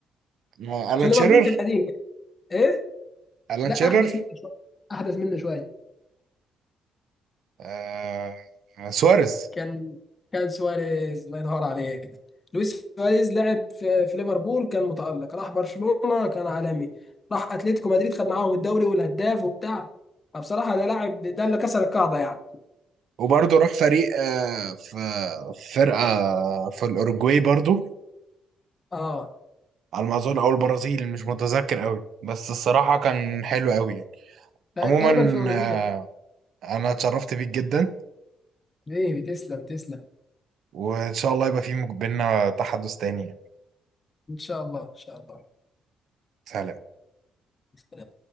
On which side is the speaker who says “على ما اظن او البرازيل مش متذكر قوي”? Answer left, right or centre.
Right